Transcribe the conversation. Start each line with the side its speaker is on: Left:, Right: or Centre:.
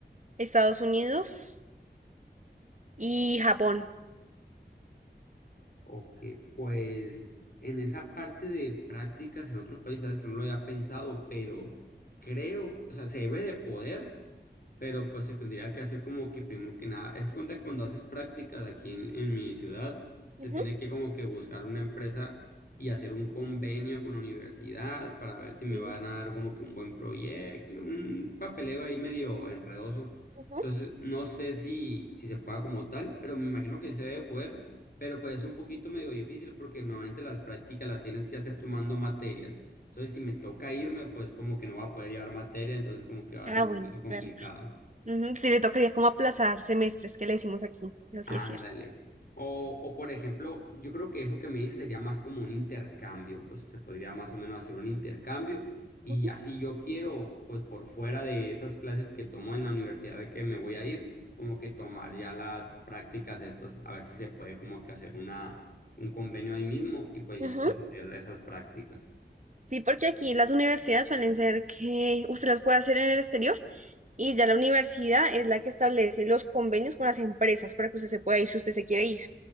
Right: Estados Unidos y Japón.
Left: Ok, pues en esa parte de prácticas en otros países, sabes que no lo había pensado, pero creo, o sea, se debe de poder, pero pues se tendría que hacer como que primero que nada, es que cuenta que cuando haces prácticas aquí en, en mi ciudad, se
Right: Ujú.
Left: tiene que como que buscar una empresa y hacer un convenio con la universidad para ver
Right: Sí,
Left: si me van a dar como que un buen proyecto, un papeleo ahí medio enredoso.
Right: ujú.
Left: Entonces, no sé si, si se pueda como tal, pero me imagino que se debe poder, pero pues es un poquito medio difícil porque normalmente las prácticas las tienes que hacer tomando materias. Entonces, si me toca irme, pues como que no va a poder llevar materia, entonces como que va
Right: Ah,
Left: a ser un
Right: bueno,
Left: poquito
Right: es
Left: complicado.
Right: verdad. Ujú, Sí, le tocaría como aplazar semestres que le decimos aquí. Eso sí
Left: Ándale.
Right: es cierto.
Left: O, o por ejemplo, yo creo que eso que me dices sería más como un intercambio, pues se podría más o menos hacer un intercambio y
Right: Ujú.
Left: ya si yo quiero, pues por fuera de esas clases que tomo en la universidad de que me voy a ir, como que tomar ya las prácticas estas, a ver si se puede como que hacer una, un convenio ahí mismo y pues
Right: Ujú.
Left: ya pues hacer esas prácticas.
Right: Sí, porque aquí las universidades suelen ser que usted las puede hacer en el exterior y ya la universidad es la que establece los convenios con las empresas para que usted se pueda ir si usted se quiere ir.